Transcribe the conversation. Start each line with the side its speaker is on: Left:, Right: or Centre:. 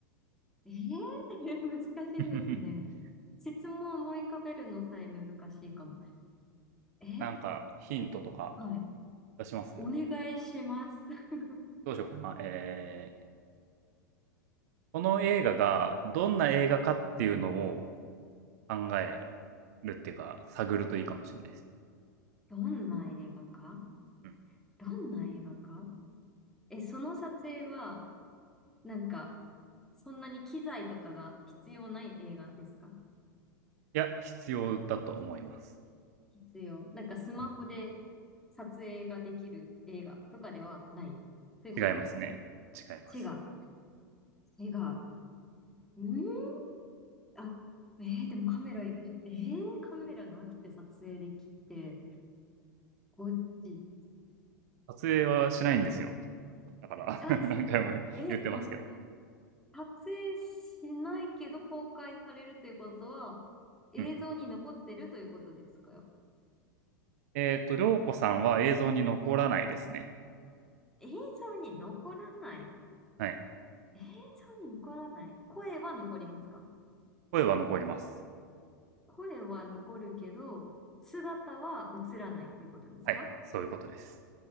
Centre: えー、<laughs> 難しいですね。
Right: <laughs>
Centre: 質問を思い浮かべるのさえ難しいかも。え、
Right: なんかヒントとか
Centre: はい。
Right: 出します
Centre: お願いします。<laughs>
Right: どうしようかな。えー、この映画がどんな映画かっていうのを考えるっていうか、探るといいかもしれないですね。
Centre: どんな映画か
Right: うん
Centre: どんな映画かえ、その撮影は、なんか、そんなに機材とかが必要ない映画ですか
Right: いや、必要だと思います。
Centre: 必要。なんかスマホで
Right: うん、
Centre: 撮影ができる映画とかではないということですか
Right: 違いますね。違います。
Centre: 違う。違う。んーあ、えー、でもカメラいるし、えー、カメラなくて撮影できて、後日、
Right: 撮影はしないんですよ。
Centre: え、
Right: だから
Centre: あ、
Right: <laughs>
Centre: さ、
Right: 何回も言ってますけど。
Centre: え、ま、撮影しないけど公開されるということは、映像に残ってるということですか
Right: うん。えっ、と、りょうこさんは映像に残らないですね。
Centre: 映像に残らない
Right: はい。
Centre: 映像に残らない声は残りますか
Right: 声は残ります。
Centre: 声は残るけど、姿は映らないということですか
Right: はい。そういうことです。